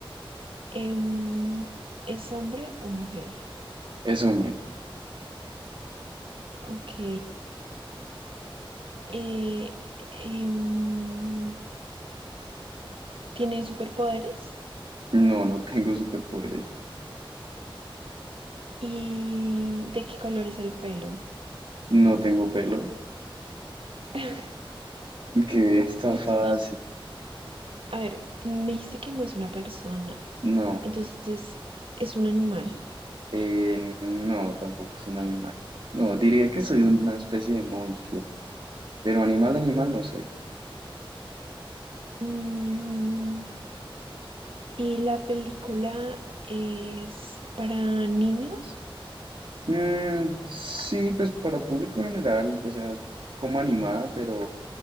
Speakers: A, on the right; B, on the right.
A: em, ¿es hombre o mujer?
B: Es hombre.
A: Ok. Eh, em, ¿tiene superpoderes?
B: No, no tengo superpoderes.
A: ¿Y de qué color es el pelo?
B: No tengo pelo.
A: <laughs>
B: Que está
A: Y
B: fácil.
A: es una, a ver, me dijiste que no es una persona,
B: No,
A: entonces es un animal.
B: Eh, no, tampoco es un animal. No, diría que soy una especie de monstruo, pero animal, animal no soy.
A: Mm, ¿y la película es para niños?
B: Mm, sí, pues para público general, o sea, es como animada, pero,